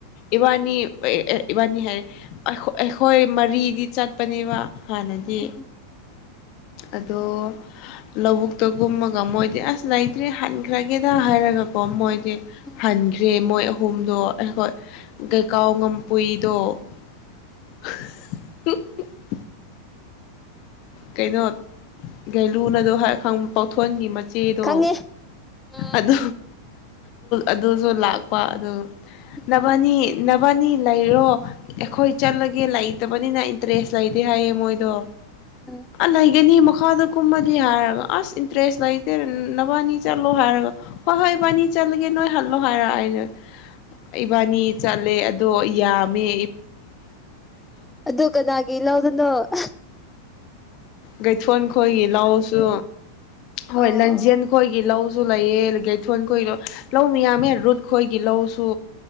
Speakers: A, on the left; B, in the centre.
A: ꯏꯕꯥꯅꯤ ꯏꯕꯥꯅꯤ ꯍꯥꯏ ꯑꯩꯈꯣꯏ ꯃꯔꯤꯗꯤ ꯆꯠꯄꯅꯦꯕ ꯍꯅꯗꯤ
B: ꯎꯝ
A: ꯑꯗꯣ ꯂꯧꯕꯨꯛꯇꯒꯨꯝꯃꯒ ꯃꯣꯏꯗꯤ ꯑꯁ ꯂꯩꯇ꯭ꯦ ꯍꯟꯈ꯭ꯔꯒꯦꯗ ꯍꯥꯏꯔꯒꯀꯣ ꯃꯣꯏ
B: ꯎꯝ
A: ꯍꯟꯈ꯭ꯔꯦ ꯃꯣꯏ ꯑꯍꯨꯝꯗꯣ ꯑꯩꯈꯣꯏ ꯀꯩꯀꯥꯎ ꯉꯝꯄꯨꯏꯗꯣ <inaudible> ꯀꯩꯅꯣ ꯒꯦꯂꯨꯅꯗꯣ ꯄꯥꯎꯊꯣꯟꯒꯤ ꯆꯦꯗꯣ
B: ꯈꯪꯉꯦ ꯎꯝ
A: ꯑꯗꯣ ꯑꯗꯨꯁꯨ ꯂꯥꯛꯄ ꯑꯗꯨ
B: ꯎꯝ
A: ꯅꯕꯥꯅꯤ ꯐꯅꯤ ꯂꯩꯔꯣ ꯑꯩꯈꯣꯏ ꯆꯠꯂꯒꯦ ꯂꯩꯇꯕꯅꯤꯅ ꯏꯟꯇꯔꯦꯁ ꯂꯩꯇꯦ ꯍꯥꯏꯌꯦ ꯃꯣꯏ ꯗꯣ
B: ꯎꯝ
A: ꯑꯂ ꯍꯒꯦꯅꯤ ꯃꯈ ꯈꯥꯗ ꯀꯨꯝꯃꯗꯤ ꯍꯥꯏꯔꯒ ꯑꯁ ꯏꯟꯇꯔꯦꯁ ꯂꯩꯇꯦ ꯅꯕꯥꯅꯤ ꯆꯠꯂꯣ ꯍꯥꯏꯔꯒ ꯍꯣꯏ ꯍꯣꯏ ꯏꯕꯥꯅꯤ ꯆꯠꯂꯒꯦ ꯅꯣꯏ ꯍꯜꯂꯣ ꯍꯥꯏꯔ ꯑꯩꯅꯦ ꯏꯕꯥꯅꯤ ꯆꯂꯦ ꯣ ꯌꯥ ꯃ
B: ꯑꯗꯨ ꯀꯅꯥꯒꯤ ꯂꯥꯎꯗꯅꯣ ꯑ
A: ꯒꯩꯊꯣꯟ ꯈꯣꯏꯒꯤ ꯂꯧꯁꯨ ꯍꯣꯏ
B: ꯑꯣ
A: ꯂꯟꯖꯦꯜ ꯈꯣꯏꯒꯤ ꯂꯧ ꯁꯨ ꯂꯩꯌꯦ ꯑꯒꯩꯊꯣꯟ ꯈꯣꯏꯗꯣ ꯂꯧ ꯃꯌꯥꯝꯃꯦ ꯔꯨꯠ ꯈꯣꯏꯒꯤ ꯂꯧꯁꯨ